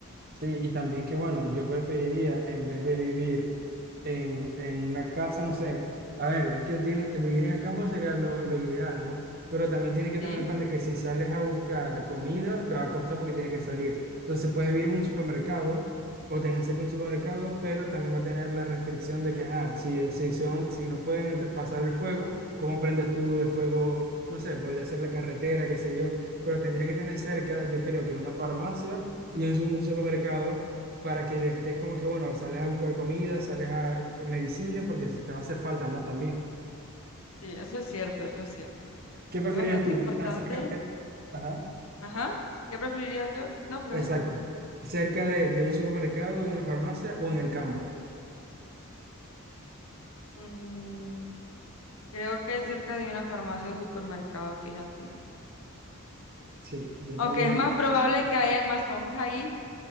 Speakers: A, on the right; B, on the left.
A: Sí, y también que bueno, yo preferiría en vez de vivir en, en una casa, no sé, a ver, es que tiene, vivir en el campo sería lo, lo ideal, ¿no? Pero también tienes que
B: Sí,
A: tomar en cuenta que si sales a buscar comida, te va a costar porque tienes que salir. Entonces puedes vivir en un supermercado o tener cerca un supermercado, pero también va a tener la restricción de que, ajá, si, eh, si, son, si no pueden entr- pasar el fuego, ¿cómo prendes tú de fuego? No sé, podría ser la carretera, qué sé yo, pero tendría que tener cerca, yo creo que una farmacia y en su- un supermercado para que estés como que, bueno, sales a buscar comida, sales a eh, medicina, porque si te va a hacer falta, ¿no? También.
B: sí, eso es cierto, eso es cierto.
A: ¿Qué preferirías
B: Es bastante
A: tú?
B: importante
A: ¿Estar cerca? Ajá.
B: Ajá. ¿Qué preferirías yo? No, pregúntame.
A: Exacto. ¿Cerca de, de un supermercado, de una farmacia o en el campo?
B: Mm, creo que cerca de una farmacia o supermercado, fíjate.
A: Sí, yo
B: Aunque
A: también.
B: es más probable que hayan más zombies ahí,